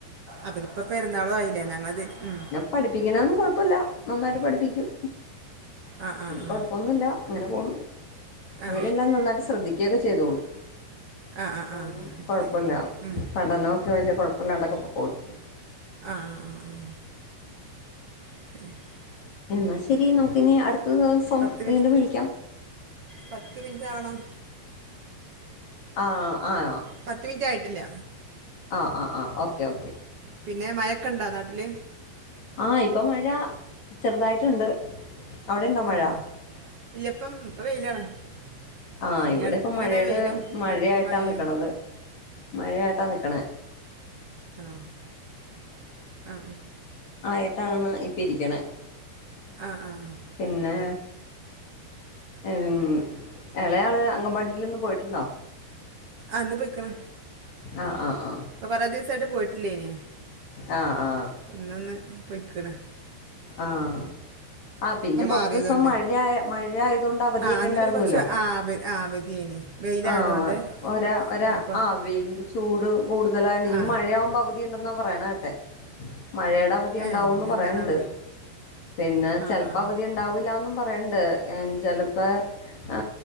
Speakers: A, on the right (about 60°); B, on the left (about 45°).
A: അപ്പ ഇപ്പ പിന്നെ പെരുന്നാളും ആയില്ലേ. ഞങ്ങളതി ഉം.
B: പഠിപ്പിക്കണതൊന്നും കുഴപ്പല്ല. നന്നായിട്ട് പഠിപ്പിക്കും.
A: ആ ആ ആ
B: കുഴപ്പമൊന്നുല്ല. അങ്ങനെ പോണു.
A: ആ
B: അവര് എല്ലാം നന്നായിട്ട് ശ്രദ്ധിക്കയൊക്കെ ചെയ്തോളും.
A: ആ ആ
B: കാരണം
A: ആ
B: കുഴപ്പല്ല.
A: ശരി ഉം.
B: പഠനമൊക്കെ വലിയ കുഴപ്പമില്ലാണ്ടൊക്കെ പൊക്കോളും.
A: ആ, ആ, ആ. <inaudible>
B: എന്നാ ശരി. നമുക്കിനി അടുത്ത ദിവസം
A: പത്ത് മിനിറ്റ്
B: വീണ്ടും വിളിക്കാം.
A: പത്ത് മിനിറ്റ് ആവണം.
B: ആ, ആ.
A: പത്ത് മിനിറ്റ് ആയിട്ടില്ല.
B: ആ, ആ, ആ, ഓക്കെ, ഓക്കെ.
A: പിന്നെ മഴക്കെ ഉണ്ടോ നാട്ടില്?
B: ആ, ഇപ്പോ മഴ ചെറുതായിട്ടുണ്ട്. അവിടെയുണ്ടോ മഴ
A: ആ, ഇല്ല ഇപ്പം, വെയിലാണ്.
B: ആ,
A: പക്ഷെ ഇങ്ങ-
B: ഇവിടെ
A: ഇടയ്ക്ക്
B: ഇപ്പോ
A: ഇങ്ങനെ
B: മഴയുടെ
A: വെയിലും
B: മഴയായിട്ടാ
A: ഇടയ്ക്ക് മഴയും
B: നിക്കണത്. മഴയായിട്ടാ നിക്കണേ.
A: അ, അ.
B: ആയിട്ടാണ് ഇപ്പ ഇരിക്കണേയ്.
A: ആഹ് ആഹ്
B: പിന്നെ എൻ എളെയാള് അങ്കമ്പാടിയിൽ ന്ന് പോയിട്ടുണ്ടോ
A: ആ ഇന്ന് പോയ്‌ക്ന്
B: ആഹ് ആഹ്ആഹ്
A: പ്പ കുറെ ദിസായിട്ട് പോയിട്ടില്ലേ നി
B: ആഹ് ആഹ്
A: ഇന്നന്ന് പൊയിക്ണ്
B: ആഹ് ആ പിന്നെ കൊറച്ചസം
A: മാറിയതുകൊണ്ട്
B: മഴയ മഴയതൊണ്ടാ പതിയെക്കോ
A: ആ അന്ന്
B: ണ്ടായിരുന്നോലോ
A: പിന്നെ കുറച്ച് ആ ആ അവധിയേനി വെയിലായതുകൊണ്ട്
B: ആഹ് ഒരാ ഒരാവെയിൽന്റെ
A: ആ പൊറ
B: ചൂട് കൂടുതലായിണ് ഇനി
A: ആ
B: മഴയാകുമ്പോ അവധി ഉണ്ടെന്നാ പറയണെ കേട്ടെ മഴയുടെ അവധി
A: ഏ
B: ഉണ്ടാവുന്ന്
A: ഇന്നെന്താണാവോ
B: പറയണ്ട് പിന്നെ
A: ആ
B: ചെലപ്പോ
A: ആ
B: അവധി ഉണ്ടാവില്ലാന്നും പറയണ്ട് ഏ ചെലപ്പ പ്പ